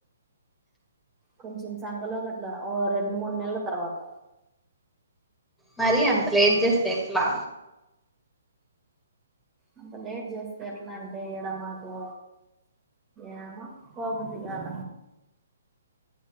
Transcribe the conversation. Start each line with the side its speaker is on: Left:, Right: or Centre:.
Right: కొంచం సంకలో గాట్లా ఓ రెండు మూడు నెల్ల తర్వాత
Centre: మరీ అంత లేట్ చేస్తే ఎట్లా
Right: అంత లేట్ చేస్తా ఎట్లా అంటే ఈడ మాకు ఏమో పో బుద్ధి కాల